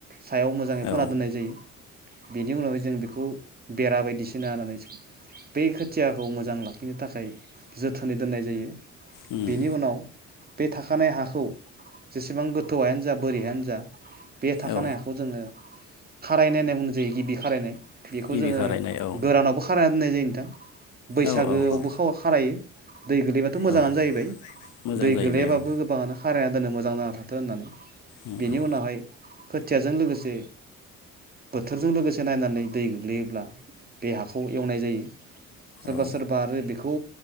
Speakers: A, on the right (about 30°); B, on the left (about 85°).
A: सायाव मोजाङै
B: औ
A: फोना दोननाय जायो बेनि उनावहाय जों बेखौ बेरा बायदिसिना होननानै बो थियाखौ मोजां लाखिनो थाखाय जोथोनै दोननाय जायो
B: उम
A: बेनि उनाव थि बे थाखानाय हाखौ जेसेबां गोथौ हायानो जा बोरि हायानो जा बे थाखानाय
B: औ
A: हाखौ जोङो खारायनाय होनना बुंजायो गिबि खारायनाय बेखौ
B: गिबि
A: जोङो
B: खारायनाय औ
A: गोरानावबो खारायना दोननाय जायो नोंथां बैसागोआवबो
B: औ औ औ
A: खावा खारायो दै गोलैबा थ' मोङानो
B: औ
A: जाहैबाय
B: मोजां
A: दै
B: जाहैबाय
A: गोलैयाबाबो
B: औ
A: गोबाङानो खारायना दोनो मोजां जाना थाथो होननानै।
B: उम
A: बेनि
B: उम
A: उनावहाय खोथियाजों लोगोसे बोथोरजों लोगोसे नायनानै दै गोग्लैयोब्ला बे हाखौ एवनाय जायो। सोरबा
B: औ
A: सोरबा आरो बेखौ